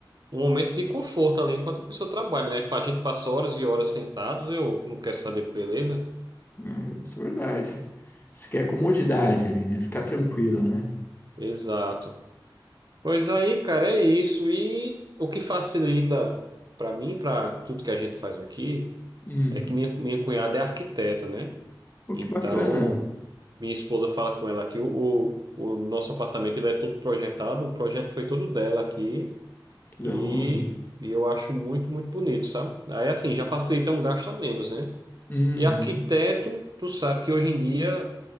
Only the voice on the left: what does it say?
É, isso é verdade. Você quer comodidade ali, né? Ficar tranquila, né?
Hum.
Pô,
que bacana,
que
da hora.
Uhum.